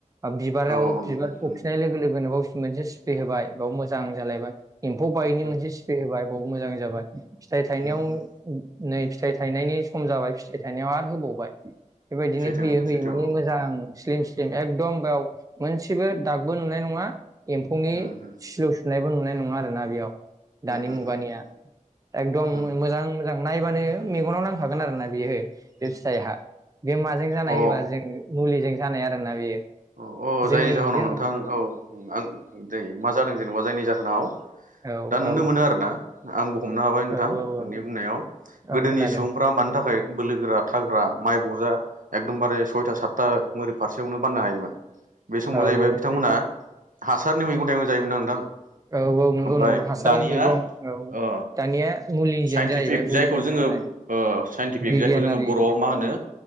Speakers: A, on the right (about 25°); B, on the right (about 80°).
A: बिबाराव
B: औ नोंथां
A: बिबार
B: उम
A: थफिनाय लोगो लोगोन बाव मोनसे स्प्रे होबाय बाव मोजां जालायबाय एम्फौ बाइकनि
B: उम
A: मोनसे स्प्रे होबाय बाव मोजां जाबाय फिथाइ थायनायाव
B: उम उम
A: नै फिथाइ थायनायनि सम जाबाय फिथाइ थाइनायाव आरो होबावबाय बेबायदिनो
B: सैथो
A: होयै
B: नोंथां
A: होयै
B: सैथो
A: माने
B: औ उम
A: मोजां स्लिम एकदम बेयाव मोनसेबो दागबो नुनाय नङा एम्फौनि
B: उम उम
A: सिलौ सुनायबो नङा नाय नङा आरोना बेयाव दानि
B: उम
A: मुगानिया
B: उम
A: एखदम
B: उम
A: मोजां मोजां नायबानो मेगनाव नां खागोन आरना बियो बे
B: उम
A: फिथाइहा बे माजों जानाय
B: अ
A: होनबा जों मुलिजों जानाय आरोना बेयो
B: औ औ
A: जोंनि
B: जायनि जाहोनाव
A: जों
B: नोंथां औ आं दैे मा जादों जेनबा जायनि जाहोनाव
A: औ
B: दा नुनो
A: औ
B: मोनो आरो ना आंबो हमनो हाबाय नोंथां
A: औ
B: नोंनि
A: औ
B: बुंनायाव
A: औ
B: गोदोनि
A: खोनादों
B: सुबुंफ्रा मानि थाखाय बोलोगोरा थाग्रा माइ बजा एखदमबारे सइथा सादथा ओरै फारसेआवनो बाननो हायोमोन बे समाव
A: औ
B: जाहैबाय
A: औ
B: बिथांमोना
A: बे
B: हासारनि मैगं थाइगं जायोमोन आ नोंथां
A: औ औ नंगौ
B: ओमफाय
A: नंगौ हासारनि
B: दानिया
A: मैगं औ
B: अ
A: दानिया मुलिजों
B: साइनटिफिक
A: जाहैबाय मुलिजों
B: जायखौ जोङो
A: बायनाय
B: ओ साइनटिफिक
A: बिगियानारि
B: जायखौ जोङो बर'आव मा
A: औ
B: होनो